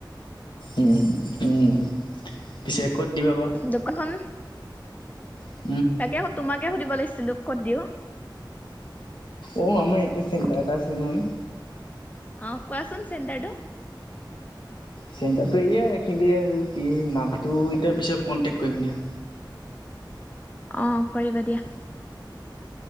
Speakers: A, on the left; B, on the left.
A: উম, উম পিছে ক'ত দিবা বা।
B: দোকানখন
A: <inaudible>
B: তাকে তোমাকে সুধিব লাগিছিলো কত দিওঁ।
A: অ আমাৰ ইয়াতি চেণ্টাৰটা আছে নহয়।
B: অ কোৱাচোন চেণ্টাৰটো।
A: চেণ্টাৰটো এয়া এইখিনি দিয়ে আৰু কি নামটো এতিয়া পিছত কনটেক্ কৰিম দিয়া।
B: অ, কৰিবা দিয়া।